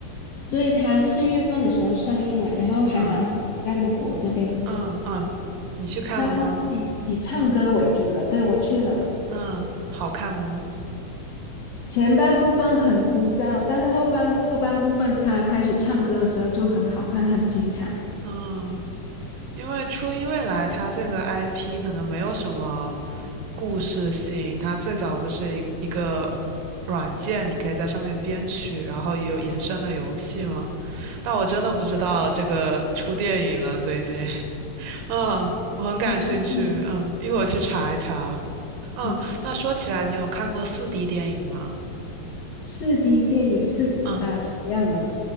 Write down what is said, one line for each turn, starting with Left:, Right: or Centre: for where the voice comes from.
Left: 对，他四月份的时候上映了，然后还蛮火的在美国这边。
Right: 嗯嗯嗯，你去看了吗？
Left: 他他是以以唱歌为主的，
Right: 嗯
Left: 对，我去了。
Right: 嗯，好看吗？
Left: 前半部分很枯燥，但是后半后半部分他开始唱歌的时候就很好看，很精彩。
Right: 嗯。因为初音未来它这个 IP 可能没有什么故事性，它最早不是一一个软件，你可以在上面编曲，然后也有延伸的游戏吗？但我真的不知道这个出电影了，最近，<laughs> 嗯，我很感兴趣，
Left: 他出电影，
Right: 嗯，一会儿去查一查。嗯，
Left: 嗯，
Right: 那说起来，你有看过四 d 电影吗？
Left: 四 D 电影是指呃什么样的？
Right: 嗯。